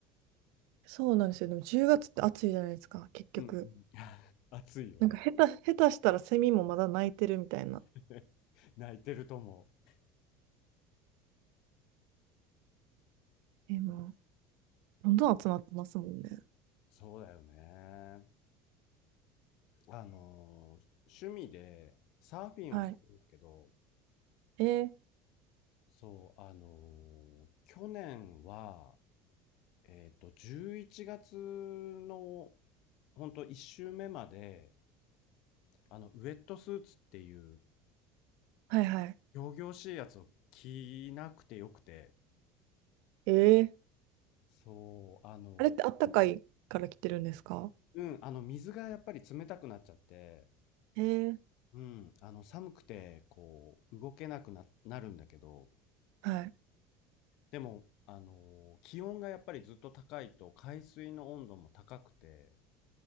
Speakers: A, on the right; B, on the left.
A: そうなんですよ。でも10月って暑いじゃないですか、結局。
B: うんうん。<laughs> 暑いよね。
A: なんか下手、下手したらセミもまだ鳴いてるみたいな。
B: <laughs> 泣いてると思う。
A: え、もう、どんどん集まってますもんね。
B: そうだよね。あのー趣味でサーフィンをするんだけど、
A: はい。えー
B: そう、あのー去年はえっと、11月のほんと1週目まで、あの、ウェットスーツっていう
A: はいはい。
B: 仰々しいやつを着なくてよくて、
A: えー
B: そう、あの、
A: あれってあったかいから来てるんですか
B: うん、あの、水がやっぱり冷たくなっちゃって、
A: えー
B: うん、あの、寒くて、こう、動けなくな、なるんだけど、
A: はい。
B: でも、あの、気温がやっぱりずっと高いと、海水の温度も高くて、